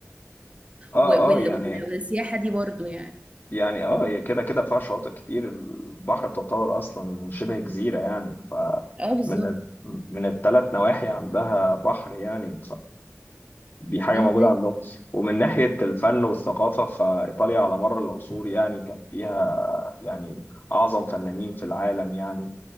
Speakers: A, on the left; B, on the right.
A: اه
B: وال...
A: اه يعني
B: وال... والسياحه دي برضو يعني
A: يعني اه هي كده كده فيها شواطئ كتير البحر تعتبر أصلا شبه جزيرة يعني ف
B: اه بالظبط
A: من ال- من الثلاث نواحي عندها بحر يعني دي حاجة
B: مهم.
A: موجودة عندهم ومن ناحية الفن والثقافة فإيطاليا على مر العصور يعني كان فيها يعني أعظم فنانين في العالم يعني